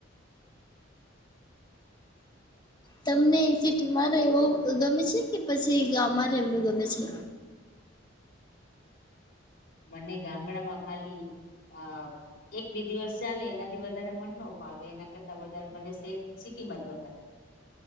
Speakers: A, on the left; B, on the left.
A: તમને સિટીમાં રહેવું ગમે છે, કે પછી ગામમાં રહેવુ ગમે છે?
B: મને ગામડામાં ખાલી આ એક બે દિવસ ચાલે એનાથી વધારે મન ન ફાવે એના કરતા વધારે મને સે સિટીમાં જ વધારે